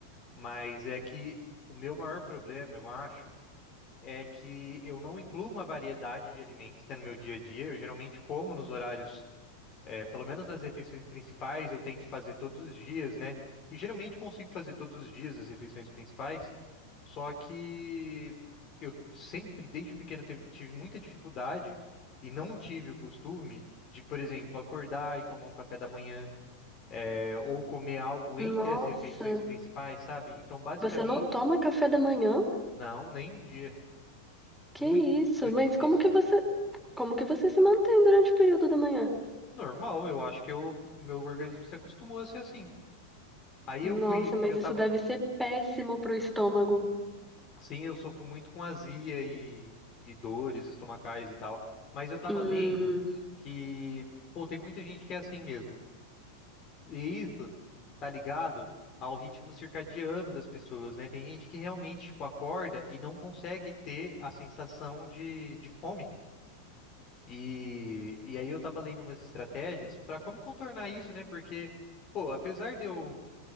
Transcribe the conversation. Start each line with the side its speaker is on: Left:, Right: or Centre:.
Left: Mas é que o meu maior problema, eu acho. é que eu não incluo uma variedade de alimentos né, no meu dia a dia. Eu geralmente como nos horários, é, pelo menos nas refeições principais, eu tento fazer todos os dias, né? E geralmente consigo fazer todos os dias as refeições principais, só que eu sempre, desde pequeno, teve- tive muita dificuldade e não tive o costume de, por exemplo, acordar e tomar um café da manhã, é, ou comer algo
Centre: Nossa,
Left: entre as refeições principais, sabe? Então, basicamente,
Centre: você não toma café da manhã?
Left: não, nem um dia.
Centre: Que
Left: Muito
Centre: isso? Mas
Left: difícil.
Centre: como que você, como que você se mantém durante o período da manhã?
Left: Normal, eu acho que o meu organismo se acostumou a ser assim. Aí
Centre: Nossa,
Left: eu fui,
Centre: mas
Left: eu
Centre: isso
Left: tava,
Centre: deve ser péssimo pro estômago.
Left: sim, eu sofro muito com azia e, e dores estomacais e tal, mas eu tava
Centre: Hum.
Left: lendo que, pô, tem muita gente que é assim mesmo. E isso tá ligado ao ritmo circadiano das pessoas, né? Tem gente que realmente, tipo, acorda e não consegue ter a sensação de, de fome. E, e aí eu tava lendo umas estratégias pra como contornar isso, né? Porque, pô, apesar de eu